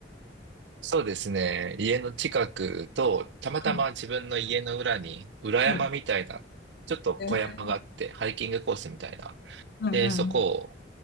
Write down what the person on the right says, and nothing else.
そうですね。家の近くと、たまたま自分の家の裏に、
裏山みたいな、
ちょっと小山があって、
ハイキングコースみたいな。
で、そこを、